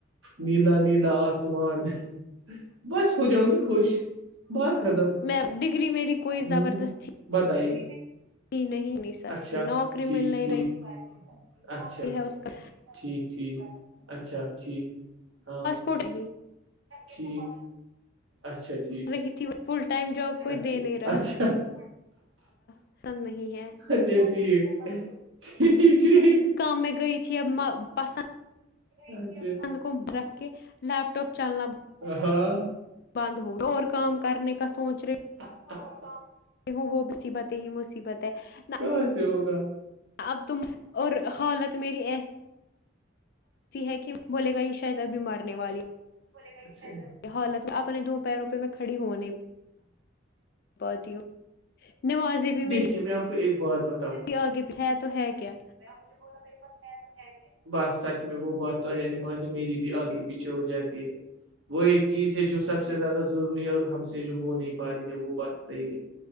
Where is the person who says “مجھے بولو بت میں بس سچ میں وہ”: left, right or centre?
Right